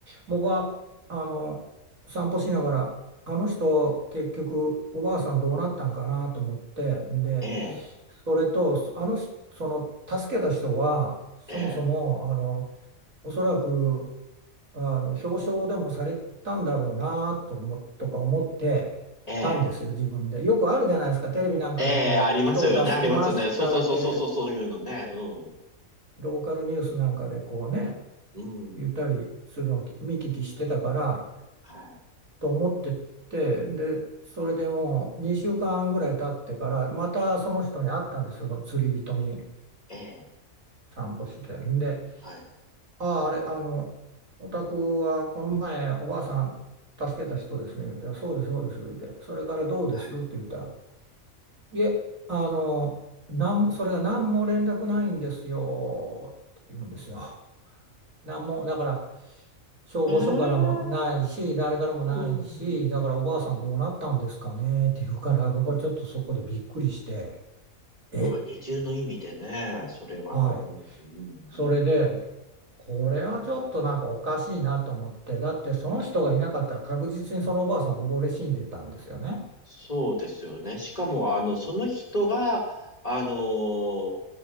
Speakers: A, on the right; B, on the left.
A: 僕はあの散歩しながらあの人結局おばあさんどうなったんかなと思ってで
B: ええ
A: それとそあの人その助けた人はそもそもあの
B: ええ
A: おそらくあの表彰でもされたんだろうなと思とか思ってたんですよ自分で。
B: ええ
A: よくあるじゃないですかテレビなんかでこう人を助けましたって
B: ええありますよね。ありますよね。そうそうそうそうそう、そういうのね。うん。
A: ローカルニュースなんかでこうね
B: うん。
A: 言ったりするのを見聞きしてたから。
B: はい。
A: と思ってて、で、それでもう2週間ぐらい経ってから、またその人に会ったんですよ、その釣り人に
B: ええ
A: 散歩して。んで、
B: はい。
A: ああ、あれ、あの、お宅はこの前おばあさん助けた人ですね、言うて、そうです、そうです、言うて、それからどうですって言ったら、
B: はい。
A: いえ、あの、なんも、それが何も連絡ないんですよ、って言うんですよ。なんも、だから、消防署からもないし、
B: ええ
A: 誰からもないし、
B: うん。
A: だからおばあさんどうなったんですかねって言うから、僕はちょっとそこでびっくりして、え、
B: あ、二重の意味でね、それは、
A: はい。
B: うん、うん、うん。
A: それで、
B: うん
A: これはちょっとなんかおかしいなと思って、だってその人がいなかったら確実にそのおばあさん溺れ死んでたんですよね。
B: そうですよね。しかも、あの、その人が、あのー